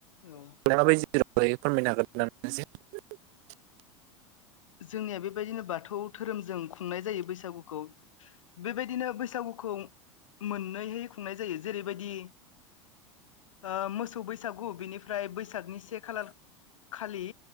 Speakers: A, on the left; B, on the right.
A: औ
B: <unintelligible> माबादि <unintelligible>
A: जोंनिया बेबायदिनो बाथौ धोरोमजों खुंनाय जायो बैसागुखौ बेबायदिनो बैसागुखौ मोननैहै खुंनाय जायो जेरैबायदि ओ मोसौ बैसागु बेनिफ्राय बैसागनि से खालार खालि